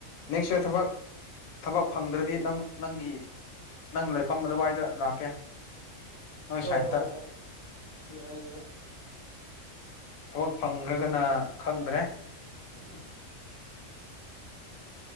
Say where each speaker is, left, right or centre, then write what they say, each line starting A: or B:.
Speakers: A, on the left; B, on the left.
A: ꯅꯦꯛꯁ ꯏꯌꯥꯔ ꯊꯕꯛ ꯊꯕꯛ ꯐꯪꯗ꯭ꯔꯗꯤ ꯅꯪ ꯅꯪꯒꯤ ꯅꯪ ꯂꯩꯐꯝ ꯑꯗꯨꯋꯥꯏꯗ ꯂꯥꯛꯀꯦ ꯅꯣꯏ
B: ꯍꯣꯏ
A: ꯁꯥꯏꯠꯇ
B: ꯍꯣꯏ ꯍ ꯌꯥꯏ ꯌꯥ
A: ꯊꯕꯛ ꯐꯪꯈ꯭ꯔꯒꯅ ꯈꯪꯗ꯭ꯔꯦ
B: <unintelligible>